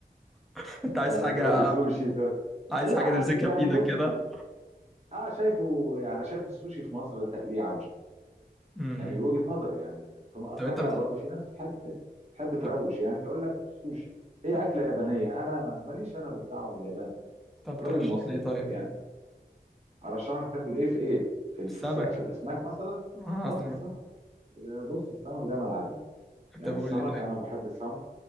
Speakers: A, in the centre; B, on the right.
A: <laughs> انت عايز
B: آه،
A: حاجة
B: تقول لي سوشي تقول...
A: عايز
B: لا
A: حاجة تمسكها
B: اصل يعني
A: بإيدك
B: بص
A: كده
B: اه شايفه يعني انا شايف السوشي في مصر تقليعه مش
A: مم.
B: يعني وجهة نظري يعني ثم اصل
A: طب انت
B: احنا
A: بتحب
B: برضو في ناس بتحب بتحب تروش
A: طب,
B: يعني فيقول لك السوشي هي
A: طب,
B: اكله يابانيه انا ما- ماليش انا بالدعوه باليابان
A: طب
B: الراجل
A: ترشح
B: مصري
A: لي ايه طيب
B: يعني ارشح لك تاكل ايه في ايه في ال-
A: سمك
B: في, الس... في الاسماك مثلا
A: اه
B: اه
A: سمك
B: في السمك يا بص السمك ده ملعبي يعني
A: طب
B: السمك
A: قول لي طيب
B: انا بحب السمك